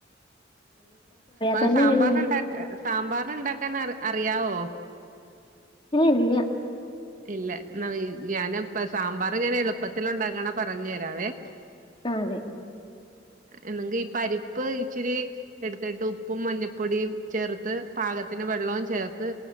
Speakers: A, on the right; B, on the left.
A: മ്
B: തന്നെ
A: സാമ്പാർന്
B: എങ്ങനെയാണ്
A: ണ്ടാക്കാ സാമ്പാർന് ണ്ടാക്കാനറി യാവോ
B: ഏ ഇല്ല
A: ഇല്ല. ഞാനപ്പ സാമ്പാറ് ഞാൻ എളുപ്പത്തി ഉണ്ടാക്കണ പറഞ്ഞു തരാവേ.
B: ആ അതെ.
A: എന്നെങ്കി ഈ പരിപ്പ് ഇച്ചിരി എട്ത്തിട്ട് ഉപ്പും മഞ്ഞപ്പൊടിം ചേർത്ത് പാകത്തിന്റെ വെള്ളോം ചേർത്ത്